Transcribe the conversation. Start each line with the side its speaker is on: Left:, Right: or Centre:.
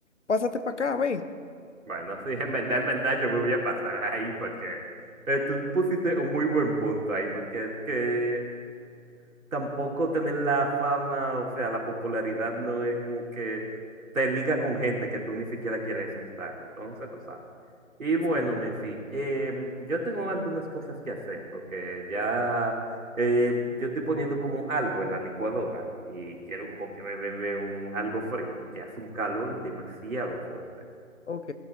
Left: pásate para acá, ven.
Right: Bueno, sí, en verdad, en verdad yo me voy a pasar ahí porque eh, tú pusiste un muy buen punto ahí, porque es que tampoco tener la fama, o sea, la popularidad no es como que te liga con gente que tú ni siquiera quieres estar, entonces tú sabes. Y bueno,
Left: Sí.
Right: Mefi, em, yo tengo algunas cosas que hacer porque ya eh, yo estoy poniendo como algo en la licuadora y quiero como que me bebe un, algo frío porque hace un calor demasiado fuerte.
Left: Ok,